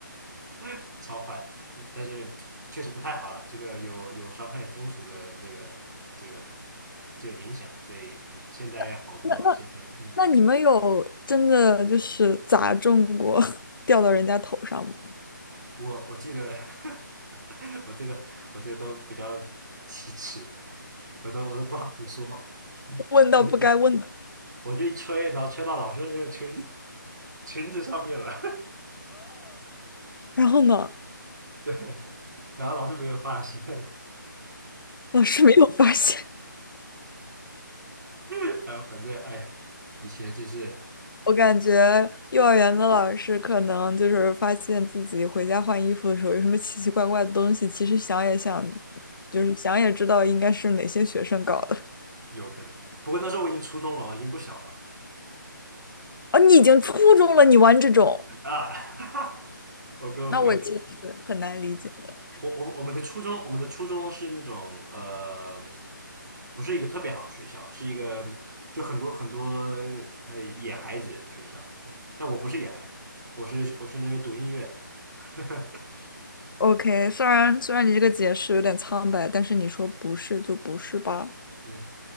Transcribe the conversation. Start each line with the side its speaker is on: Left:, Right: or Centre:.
Right: <laughs> 超坏，但是确实不太好了，这个有有伤害风俗的这个这个这个影响，所以嗯，现在好多了，
Left: <laughs> 那那。
Right: 现在嗯，
Left: 那你们有真的就是砸中过，<laughs> 掉到人家头上吗？
Right: 我我记得 <laughs> 我这个我这个都比较奇耻，我都我都不好意思说，我
Left: <laughs> 问到不该问的，
Right: 我我这一吹，然后吹到老师的那个裙 <laughs> 裙子上面了，
Left: 然后呢，
Right: <laughs> 对。然后老师没有发现，
Left: 老师没有发现。
Right: <laughs> 然后反正哎，以前就是
Left: <laughs> 我感觉幼儿园的老师可能就是发现自己回家换衣服的时候有什么奇奇怪怪的东西，
Right: 嗯
Left: 其实想也想，就是想也知道应该是哪些学生搞的。
Right: 有可能，不过那时候我已经初中了，已经不小了
Left: 哦，你已经初中了，你玩这种，
Right: 啊。<laughs> 我跟我朋友，
Left: 那我其实是很难理解的。
Right: 我我我们的初中，我们的初中是那种呃，不是一个特别好的学校，是一个就很多很多呃野孩子的学校，对，但我不是野孩子，我是我去那边读音乐的，<laughs>
Left: OK，虽然虽然你这个解释有点苍白，但是你说不是就不是吧。
Right: 嗯，